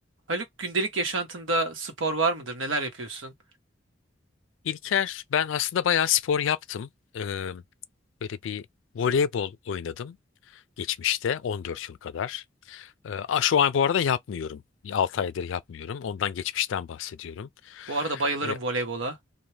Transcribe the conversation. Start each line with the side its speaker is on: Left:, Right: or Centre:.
Right: Haluk gündelik yaşantında spor var mıdır? Neler yapıyorsun?
Left: İlker, ben aslında bayağı spor yaptım. Ee, böyle bir voleybol oynadım geçmişte 14 yıl kadar. Ee, a- şu an bu arada yapmıyorum. 6 aydır yapmıyorum. Ondan geçmişten bahsediyorum.
Right: Bu arada bayılırım
Left: Ee,
Right: voleybola.